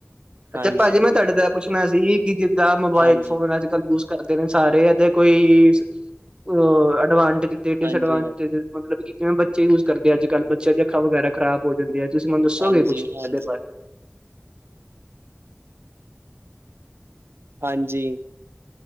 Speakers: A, on the right; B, on the right.
A: ਅੱਛਾ
B: ਹਾਂਜੀ
A: ਭਾਜੀ ਮੈਂ ਤੁਹਾਡੇ ਤੋਂ ਪੁੱਛਣਾ ਸੀ। ਕਿ ਜਿੱਦਾਂ ਮੋਬਾਇਲ
B: ਹਾਂਜੀ
A: ਫੋਨਾਂ ਚ ਯੂਜ ਕਰਦੇ ਨੇ ਸਾਰੇ ਇਹਦੇ ਕੋਈ, ਅ-ਅਡਵਾਂਟੇਜ ਤੇ ਡਿਸਐਡਵਾਂਟਜ,
B: ਹਾਂਜੀ ਹਾਂ
A: ਮਤਲਬ ਕਿ ਜਿਵੇਂ ਬੱਚੇ ਯੂਜ ਕਰਦੇ ਆ, ਅੱਜ ਕੱਲ੍ਹ ਬੱਚਿਆਂ ਦੀ ਅੱਖਾਂ ਵਗੈਰਾ ਖਰਾਬ ਹੋ ਜਾਂਦੀਆਂ। ਤੁਸੀਂ ਮਨੂੰ ਦੱਸੋਗੇ
B: ਹਾਂਜੀ
A: ਕੁਛ ਇਹਦੇ
B: ਹਾਂਜੀ
A: ਬਾਰੇ
B: ਹਾਂਜੀ